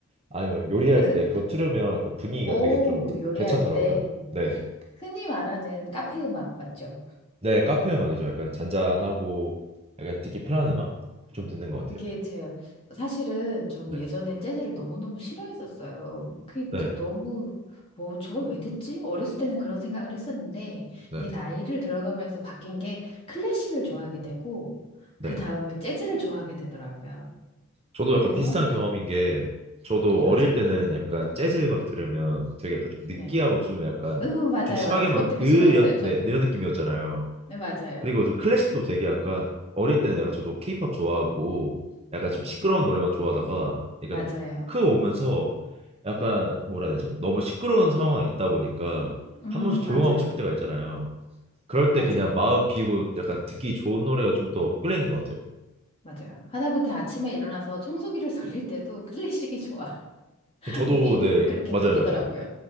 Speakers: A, on the right; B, on the left.
A: 아니면 요리할
B: 그러니까
A: 때
B: 흔,
A: 그거 틀으면 그 분위기가
B: 오,
A: 되게 좀
B: 요리할
A: 괜찮더라고요.
B: 때
A: 네.
B: 흔히 말하는 카페 음악 맞죠?
A: 네, 카페 음악이죠. 약간 잔잔하고 약간 듣기 편한 음악 좀 듣는 것 같아요.
B: 그게 제 사실은 전
A: 네.
B: 예전엔 재즈를 너무너무 싫어했었어요. 그게
A: 네.
B: 너무 뭐 저걸 왜 듣지? 어렸을 때는 그런 생각을 했었는데
A: 네.
B: 이게 나이를 들어가면서 바뀐 게 클래식을 좋아하게 되고
A: 네.
B: 그 다음에 재즈를 좋아하게 되더라고요.
A: 저도
B: 그래서
A: 약간 비슷한 경험인 게 저도
B: 네, 맞아요.
A: 어릴 때는 약간 재즈 음악 들으면 되게 약간 좀 느끼하고
B: 네.
A: 좀 약간
B: 으, 맞아요,
A: 좀 심하게만
B: 맞아요. 그것 때문에
A: 으 이런
B: 싫어했어요, 저도.
A: 네, 이런 느낌이었잖아요.
B: 네, 맞아요.
A: 그리고 저 클래식도 되게 약간 어릴 때는 약간 저도 케이팝 좋아하고 약간
B: 예,
A: 좀 시끄러운 노래만 좋아하다가 그러니까
B: 맞아요.
A: 크 오면서 약간 뭐라 해야 되죠? 너무 시끄러운 상황이 있다 보니까
B: 음,
A: 한 번씩 조용하고
B: 맞아요.
A: 싶을 때가 있잖아요. 그럴 때
B: 맞아요.
A: 그냥 마음 비우고 약간 듣기 좋은 노래가 좀 더 끌리는 것 같아요.
B: 맞아요. 하다못해 아침에 일어나서 청소기를 <laughs> 돌릴 때도 클래식이 좋아. <laughs>
A: 저도
B: 이게
A: 네
B: 그렇게
A: 맞아요,
B: 바뀌더라고요.
A: 맞아요.